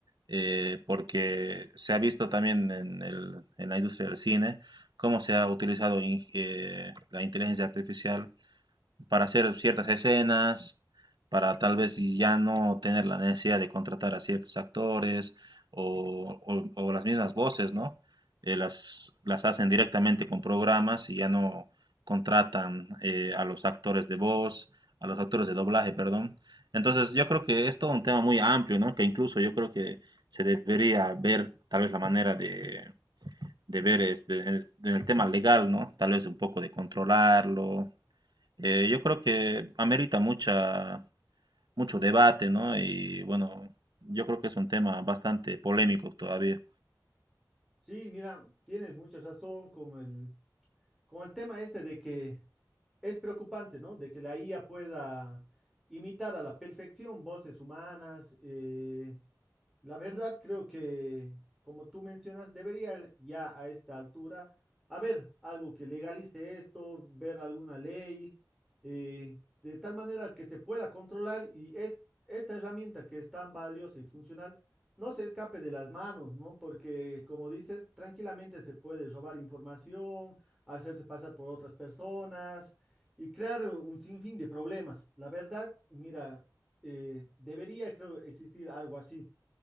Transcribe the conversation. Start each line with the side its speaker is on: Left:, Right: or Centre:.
Right: eh, porque se ha visto también en, el- en la industria del cine cómo se ha utilizado in- eh, la inteligencia artificial para hacer ciertas escenas, para tal vez si ya no tener la necesidad de contratar a ciertos actores o, o- o las mismas voces, ¿no? Eh, las, las hacen directamente con programas y ya no contratan eh, a los actores de voz, a los actores de doblaje, perdón. Entonces yo creo que es todo un tema muy amplio, ¿no? Que incluso yo creo que se debería ver tal vez la manera de, de ver este, en el en el tema legal, ¿no? Tal vez un poco de controlarlo eh, yo creo que amerita mucha, mucho debate, ¿no? Y bueno, yo creo que es un tema bastante polémico todavía.
Centre: Sí, mira, tienes mucha razón con el, con el tema este de que es preocupante, ¿no? De que la IA pueda imitar a la perfección voces humanas. eh, La verdad, creo que, como tú mencionas, debería ya a esta altura haber algo que legalice esto, ver alguna ley, eh, de tal manera que se pueda controlar y es, esta herramienta que es tan valiosa y funcional no se escape de las manos, ¿no? Porque, como dices, tranquilamente se puede robar información, hacerse pasar por otras personas y crear un sinfín de problemas. La verdad, mira, eh, debería, creo, existir algo así.